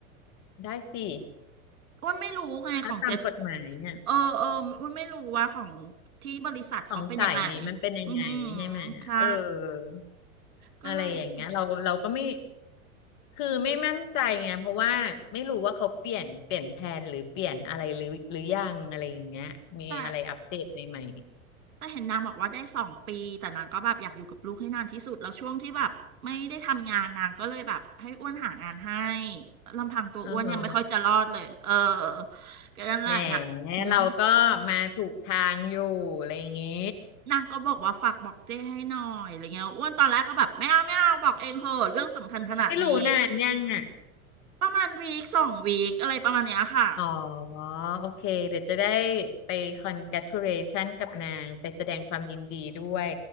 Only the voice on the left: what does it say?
ได้สิ
ถ้าตามกฎหมายเนี่ย
ของสายนี้มันเป็นยังไงใช่ไหมเออ
อะไรอย่างเงี้ยเราเราก็ไม่คือไม่มั่นใจไงเพราะว่าไม่รู้ว่าเขาเปลี่ยนเปลี่ยนแผนหรือเปลี่ยนอะไรหรือหรือยังอะไรอย่างเงี้ยมีอะไรอัปเดตใหม่
ๆอือฮะ
แหมเราก็มาถูกทางอยู่อะไรอย่างงี้
ไม่รู้นานยังอ่ะ
อ๋อโอเคเดี๋ยวจะได้ไป congratulation กับนางไปแสดงความยินดีด้วย